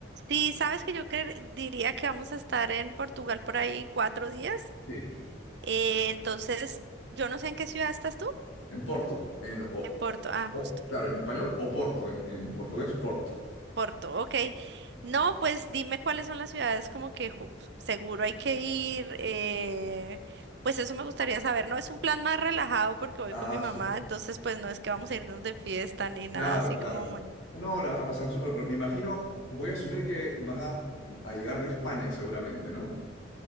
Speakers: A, on the right; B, on the left.
A: Sí, sabes que yo cre- diría que vamos a estar en Portugal por ahí cuatro días.
B: Sí.
A: Eh, entonces, yo no sé en qué ciudad estás tú.
B: En Porto, en, o,
A: En Porto, ah,
B: o-
A: justo.
B: claro, en español, o Porto, en, en portugués, Porto.
A: Porto, ok. No, pues dime cuáles son las ciudades como que ju- seguro hay que ir. eh, pues eso me gustaría saber. No es un plan más relajado porque voy
B: Ah,
A: con mi mamá,
B: súper.
A: entonces pues no es que vamos a irnos de fiesta ni nada
B: Claro,
A: así
B: claro.
A: como muy.
B: No, la van a pasar súper. pro- Me imagino, voy a asumir que van a, a llegar de España seguramente, ¿no?